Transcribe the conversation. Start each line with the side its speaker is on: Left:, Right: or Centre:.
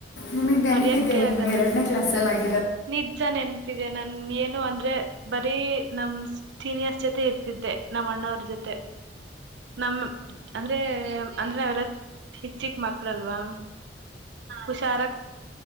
Left: ನಿಮಗ್ ನೆನಪಿದೆದೆ
Right: ಹರಿಯಕ್ಕೆ
Left: ಇನ್ನು
Right: ಆಗಲ್ಲ
Left: ಎರಡನೇ ಕ್ಲಾಸ್ಲ್ಲಿ ಆತು
Right: ನಿಜ ನೆನ್ಪಿದೆ ನನ್ ಏನು ಅಂತ ಅಂದ್ರೆ ಬರೀ ನಮ್ ಸೀನಿಯಸ್ ಜೊತೆ ಇರ್ತಿದ್ದೆ ನಮ್ಮ್ ಅಣ್ಣವ್ರ ಜೊತೆ ನಮ್ಮ ಅಂದ್ರೆ ಅಂದ್ರೆ ನಾವೆಲ್ಲ ಚಿಕ್ ಚಿಕ್ ಮಕ್ಳಲ್ವಾ ಹುಷಾರ